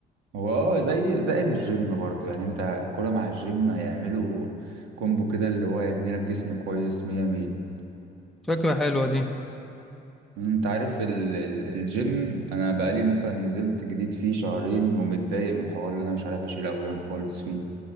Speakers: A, on the right; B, in the centre.
A: هو اه زي زائد الجيم برضو يعني انت الكرة مع الجيم هيعملوا كومبو كده اللي هو يبني لك جسم كويس مية مية
B: فكرة حلوة دي
A: انت عارف ال... ال- الجيم انا بقالي مثلا نزلت جديد فيه شهرين ومتضايق من الحوار اللي انا مش عارف اشيل اوزان خالص فيه